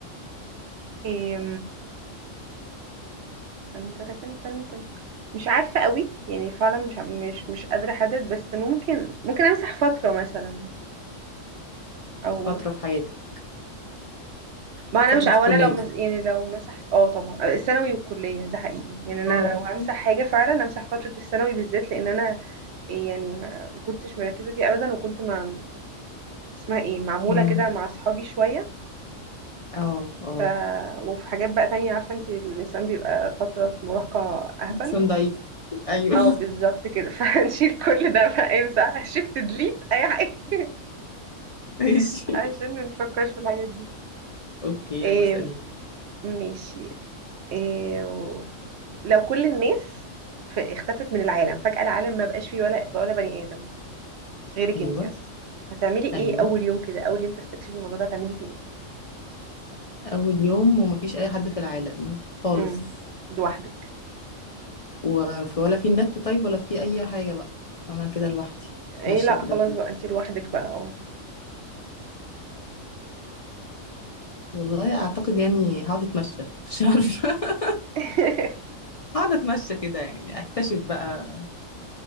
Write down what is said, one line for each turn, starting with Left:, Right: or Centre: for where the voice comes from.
Right: إيه تن تن تن تن تن. مش عارفة قوي يعني فعلا مش مش مش قادرة احدد بس ممكن ممكن امسح فترة مثلا او
Left: فترة في حياتك
Right: ما انا
Left: فترة
Right: مش او
Left: الكلية
Right: انا لو مس... يعني لو مسحت اه طبعا آه، الثانوي والكلية ده حقيقي يعني انا
Left: اه
Right: لو همسح حاجة فعلا امسح فترة الثانوي بالذات لان انا يعني ما ما كنتش مركزة فيها ابدا وكنت مع اسمها ايه معمولة
Left: مم.
Right: كده مع اصحابي شوية
Left: اه اه
Right: ف... وفي حاجات بقى تانية عارفة انت الانسان بيبقى فترة مراهقة اهبل
Left: احسن ضعيف ايوه
Right: اه بالظبط كده <laughs> فهنشيل كل ده بقى امسح شيفت ديليت اي حاجه
Left: <laughs> ماشي
Right: <laughs> عشان ما نفكرش في الحاجات دي
Left: اوكي
Right: إيه
Left: يلا اساليني
Right: ماشي إيه و- لو كل الناس ف- اختفت من العالم فجأة العالم ما بقاش فيه ولا ولا بني آدم غيرك
Left: ايوه
Right: انت بس هتعملي ايه
Left: ايوه
Right: اول يوم كده اول يوم تستكشفي الموضوع ده هتعملي فيه ايه
Left: اول يوم ومفيش اي حد في العالم خالص
Right: امم لوحدك
Left: وفي ولا في نت طيب ولا في اي حاجه بقى انا كده لوحدي
Right: ايه
Left: ماشيه
Right: لا
Left: كده
Right: خلاص
Left: في
Right: بقى انت لوحدك بقى اه
Left: والله اعتقد يعني هقعد اتمشى <laughs> مش عارفه
Right: <laughs>
Left: هقعد اتمشى كده يعني اكتشف بقى